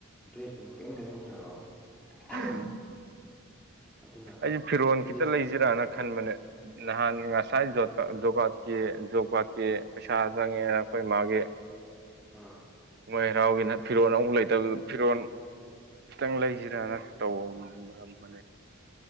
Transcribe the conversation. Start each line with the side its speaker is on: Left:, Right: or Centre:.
Centre: ꯗ꯭ꯔꯦꯁꯅꯨꯪ ꯀꯔꯤꯝ ꯂꯩꯍꯧꯗ꯭ꯔꯕ꯫ <unintelligible>
Right: ꯎꯝ
Centre: ꯑꯗꯨꯅ
Right: ꯑꯩꯁꯦ ꯐꯤꯔꯣꯟꯜ
Centre: ꯗ꯭ꯔꯦꯁ
Right: ꯈꯤꯇ ꯂꯩꯖꯤꯔꯥꯅ ꯈꯟꯕꯅꯦ꯫ ꯅꯍꯥꯟ ꯉꯁꯥꯏ ꯖꯣꯕ ꯀꯥꯔꯀꯤ ꯖꯣꯕ ꯀꯥꯔꯠꯀꯤ ꯄꯩꯁꯥ ꯆꯪꯉꯦꯅ ꯑꯩꯈꯣꯏ ꯃꯥꯒꯤ
Centre: ꯑꯝ
Right: ꯃꯣꯏ ꯍꯔꯥꯎꯒꯤꯅ ꯐꯤꯔꯣꯟ ꯑꯃꯨꯛ ꯂꯩꯇꯕꯗ ꯐꯤꯔꯣꯜ ꯈꯤꯇꯪ ꯂꯩꯁꯤꯔꯅ ꯇꯧꯔꯝꯕꯅꯦ